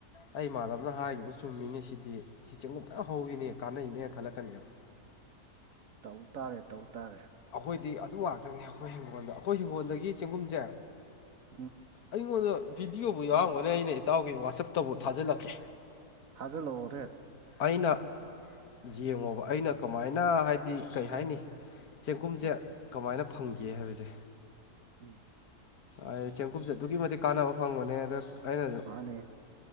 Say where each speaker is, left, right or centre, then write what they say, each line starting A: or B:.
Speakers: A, on the left; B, on the right.
A: ꯑꯩ ꯏꯃꯥꯟꯅꯕꯅ ꯍꯥꯏꯈꯤꯕ ꯆꯨꯝꯃꯤꯅꯤ ꯁꯤꯗꯤ꯫ ꯁꯤ ꯆꯦꯡꯒꯨꯝ ꯐ ꯍꯧꯋꯤꯅꯦ ꯀꯥꯟꯅꯩꯅꯦ ꯈꯜꯂꯛꯀꯅꯦꯕ꯫
B: ꯇꯧ ꯇꯥꯔꯦ ꯇꯧ ꯇꯥꯔꯦ
A: ꯑꯈꯣꯏꯗꯤ ꯑꯗꯨ ꯉꯥꯛꯇꯅꯤ ꯑꯈꯣꯏ ꯍꯤꯡꯒꯣꯜꯗ ꯑꯈꯣꯏ ꯍꯤꯡꯒꯣꯜꯗꯒꯤ ꯆꯦꯡꯒꯨꯝꯁꯦ ꯑꯁ
B: ꯎꯝ
A: ꯑꯩꯉꯣꯟꯗ ꯚꯗꯤꯑꯣꯕꯨ ꯌꯥꯎꯔꯒꯅꯤ ꯑꯩꯅ ꯏꯇꯥꯎꯒꯤ ꯋꯥꯆꯞꯇꯕꯨ ꯊꯥꯖꯤꯜꯂꯛꯀꯦ꯫
B: ꯊꯖꯜꯂꯣꯔꯦ
A: ꯑꯩꯅ ꯌꯦꯡꯉꯣꯕ ꯑꯩꯅ ꯀꯃꯥꯏꯅ ꯍꯥꯏꯗꯤ ꯀꯩ ꯍꯥꯏꯅꯤ ꯆꯦꯡꯒꯨꯝꯁꯦ
B: ꯎꯝ
A: ꯀꯃꯥꯏꯅ ꯐꯪꯒꯦ ꯍꯥꯏꯕꯁꯦ
B: <unintelligible>
A: ꯑꯩ ꯆꯦꯡꯀꯨꯞꯁꯦ ꯑꯗꯨꯛꯀꯤ ꯃꯇꯤꯛ ꯀꯥꯟꯅꯕ ꯐꯪꯕꯅꯦ ꯑꯗ ꯑꯩꯅꯁꯨ
B: ꯃꯥꯅꯦ